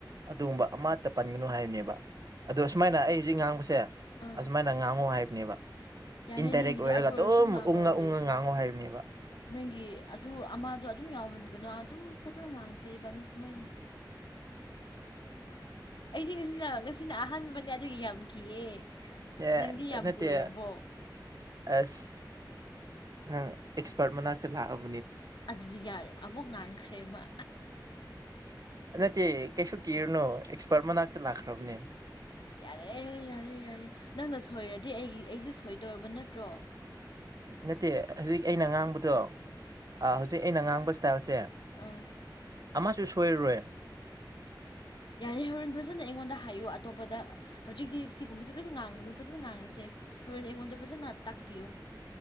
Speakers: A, on the right; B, on the left.
A: ꯑꯗꯨꯒꯨꯝꯕ ꯑꯃꯠꯇ ꯄꯟꯒꯅꯨ ꯍꯥꯏꯕꯅꯦꯕ ꯑꯗꯣ ꯑꯁꯨꯃꯥꯏꯅ ꯑꯩ ꯍꯧꯖꯤꯛ ꯉꯥꯡꯕꯁꯦ
B: ꯑꯥ
A: ꯑꯁꯨꯃꯥꯏꯅ ꯉꯥꯡꯉꯨ ꯍꯥꯏꯕꯅꯦꯕ
B: ꯌꯥꯔꯦ
A: ꯏꯟꯗꯥꯏꯔꯦꯛ
B: ꯅꯪꯒꯤꯗꯣ
A: ꯑꯣꯏꯔꯒ
B: ꯑꯗꯨ
A: ꯑꯗꯨꯝ
B: ꯑꯣꯏꯔꯁꯨ ꯉꯥꯡꯉꯔꯣꯏꯁꯦ
A: ꯎꯪꯉ ꯎꯪꯉ ꯉꯥꯡꯉꯣ ꯍꯥꯏꯕꯅꯦꯕ
B: ꯅꯪꯒꯤ ꯑꯗꯨ ꯑꯃꯗꯣ ꯑꯗꯨꯝ ꯌꯥꯎꯍꯟ ꯒꯅꯣ ꯑꯗꯨꯝ ꯐꯖꯅ ꯉꯥꯁꯦ ꯏꯕꯅꯤ ꯁꯨꯃꯥꯏꯅ ꯑꯩꯗꯤ ꯉꯁꯤꯅ ꯉꯁꯤꯅ ꯑꯍꯥꯟꯕꯅꯦ ꯑꯗꯨꯒꯤ ꯌꯥꯝ ꯀꯤꯌꯦ
A: ꯑꯦ
B: ꯅꯪꯗꯤ ꯌꯥꯝ
A: ꯅꯠꯇꯦ
B: ꯀꯨꯏꯔꯕꯣ
A: ꯑꯁ ꯅꯪ ꯑꯦꯛꯁꯄꯥꯔꯠ ꯃꯅꯥꯛꯇ ꯂꯥꯛꯑꯕ
B: ꯑꯗꯨꯁꯨ ꯌꯥꯔꯦꯕ ꯑꯃꯨꯛ ꯉꯥꯡꯈ꯭ꯔꯦꯃ
A: ꯅꯠꯇꯦ ꯀꯩꯁꯨ ꯀꯤꯔꯨꯅꯨ ꯑꯦꯛꯁꯄꯥꯔꯠ ꯃꯅꯥꯛꯇ ꯂꯥꯛꯈ꯭ꯔꯕꯅꯦ
B: ꯌꯥꯔꯦ ꯌꯥꯔꯦ ꯌꯥꯔꯦ ꯅꯪꯅ ꯁꯣꯏꯔꯗꯤ ꯑꯩ ꯑꯩꯁꯦ ꯁꯣꯏꯗꯧꯔꯕ ꯅꯠꯇ꯭ꯔꯣ
A: ꯅꯠꯇꯦ ꯍꯧꯖꯤꯛ ꯑꯩꯅ ꯉꯥꯡꯕꯗꯣ ꯍꯧꯖꯤꯛ ꯑꯩꯅ ꯉꯥꯡꯕ ꯏꯁꯇꯥꯏꯜꯁꯦ
B: ꯑꯡ
A: ꯑꯃꯁꯨ ꯁꯣꯏꯔꯨꯔꯣꯏ
B: ꯌꯥꯔꯦ ꯍꯣꯔꯦꯟ ꯐꯖꯅ ꯑꯩꯉꯣꯟꯗ ꯍꯥꯏꯌꯨ ꯑꯇꯣꯞꯄꯗ ꯍꯧꯖꯤꯛꯇꯤ ꯁꯤꯒꯨꯝꯕꯁꯤ ꯀꯔꯤꯁꯨ ꯉꯥꯡꯒꯅꯨ ꯐꯖꯅ ꯉꯥꯡꯉꯁꯦ ꯍꯥꯏꯕꯗꯤ ꯑꯩꯉꯣꯟꯗ ꯐꯖꯅ ꯇꯥꯛꯄꯤꯌꯨ